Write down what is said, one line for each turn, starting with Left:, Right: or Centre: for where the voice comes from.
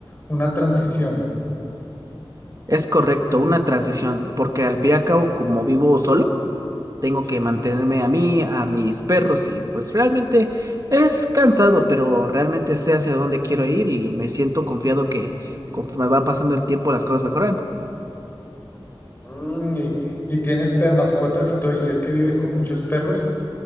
Left: una transición.
Right: Es correcto, una transición, porque al fin y al cabo, como vivo solo, tengo
Left: Sí.
Right: que mantenerme a mí, a mis perros y pues realmente es cansado, pero realmente sé hacia dónde quiero ir y me siento confiado que conforme va pasando el tiempo las cosas mejoran.
Left: Mm, y, y tienes per mascotas y todo, y es que vives con muchos perros.